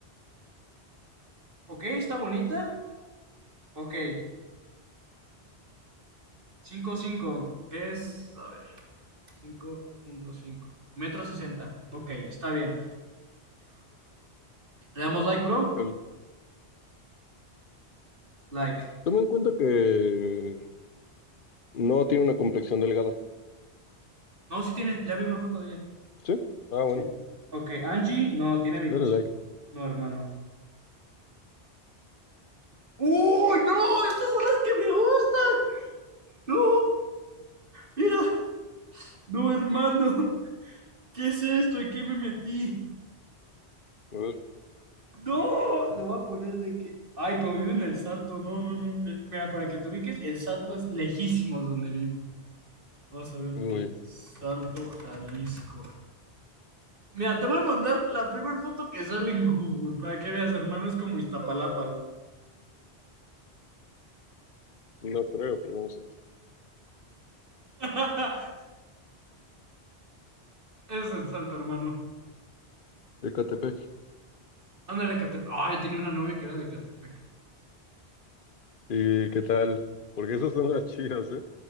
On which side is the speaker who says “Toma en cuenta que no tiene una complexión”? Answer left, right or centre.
Left